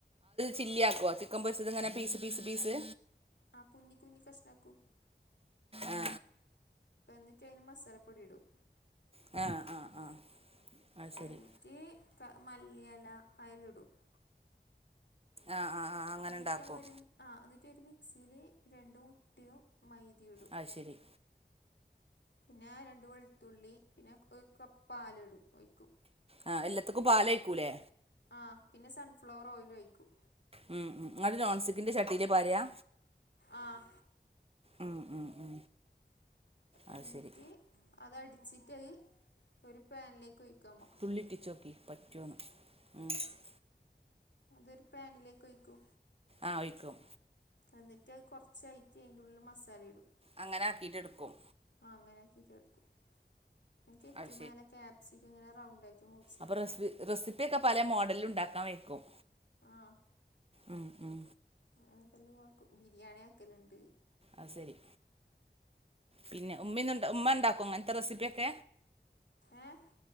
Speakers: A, on the right; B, on the left.
A: ചില്ലിയാക്കുക
B: എ-
A: ഇത് ഇങ്ങനെ പീസ് പീസ് പീസ്
B: ആഹ് കുഞ്ഞി കുഞ്ഞി കഷ്ണം ആക്കും
A: ആ
B: നിട്ട് അതിൽ മസാല പൊടി ഇടും
A: ആ അത് ശരി
B: എന്നിട്ട് മല്ലിഎല അയിലിടും
A: ആഹ ആഹ് ആഹ് അങ്ങനെ
B: എന്നിട്ട്
A: ഉണ്ടാക്കും
B: നമ്മൾ ഒരു ആ എന്നിട്ട് മിക്സിയിൽ രണ്ടു മുട്ടയും മൈദയും
A: അത് ശരി
B: പിന്നെ രണ്ട വെളുത്തുള്ളി പിന്നെ ഒരു കപ്പ് പാല് ഒഴിക്കും
A: ആ എല്ലാത്തിക്കും പാലൊഴിക്കൂല്ലേ?
B: ആ പിന്നെ സൺഫ്ലവർ ഓയിൽ ഒഴിക്കും
A: ഉം ഉം അത് നോൺസ്റ്റിക്കിന്റെ ചട്ടിയിലാ പാരാ?
B: ആഹ്
A: ഉം, ഉം, ഉം. അത്
B: എന്നിട്ട്
A: ശരി
B: അതടിച്ചിട്ട്ത് ഒരു പാനിലേക്ക് ഒഴക്കമോൾ
A: ചിറ്റടിിച്ചോക്കി പ <unintelligible>
B: അതൊരു പാനിലേക്ക് വയ്ക്കൂ
A: ആഹ് വിയ്ക്കും
B: എന്നിട്ട് അത് കുറച്ചായിട്ട് അതിന്റെ ഉള്ളില് മസാല ഇടും
A: അങ്ങനെ ആക്കിയിട്ടെടുക്കും
B: ആഹ അങ്ങനെ ആക്കിട്ട എടുക്കും എനിറ്റ
A: അത്
B: മേലെ കാപ്സിക് ഇങ്ങനെ റൗണ്ട് ആയിട്ട് മുറിക്കും
A: അപ്പൊ റെസിപ്പിയൊക്കെ പല മോഡലിലും ഉണ്ടാക്കാൻ പറ്റും
B: ആഹ്
A: ഉം ഉം
B: അങ്ങനെ എന്തെല്ല ബിരിയാണി ആക്കലുണ്ട്
A: അഹ് ശരി പിന്നെ ഉമ്മാണ്ടാക്കോ ഇങ്ങനത്തെ റെസിപ്പിയൊക്ക
B: ഏഹ്